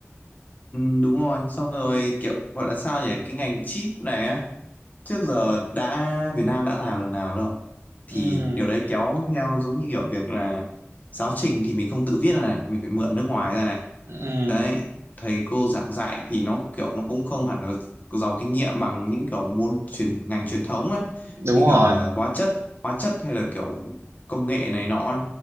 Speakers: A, on the left; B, on the right.
A: ừ, đúng rồi xong rồi kiểu gọi là sao nhỉ cái ngành chip này á trước giờ đã Việt Nam đã làm lần nào đâu thì
B: Ừm,
A: điều đấy kéo theo giống như kiểu việc là giáo trình thì mình không tự viết ra này mình phải mượn nước ngoài ra này
B: ừm,
A: đấy thầy cô giảng dạy thì nó kiểu nó cũng không hẳn là giàu kinh nghiệm bằng những kiểu môn truyền ngành truyền thống ấy
B: đúng
A: như kiểu
B: rồi
A: là hóa chất hóa chất hay là kiểu công nghệ này nọ ấy